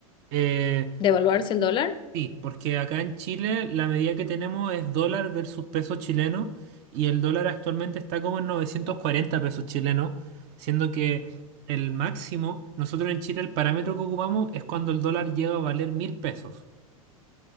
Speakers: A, on the right (about 40°); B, on the left (about 25°).
A: Eh,
B: devaluarse el dólar.
A: sí, porque acá en Chile la medida que tenemos es dólar versus peso chileno y el dólar actualmente está como en 940 pesos chilenos, siendo que el máximo, nosotros en Chile el parámetro que ocupamos es cuando el dólar llega a valer mil pesos.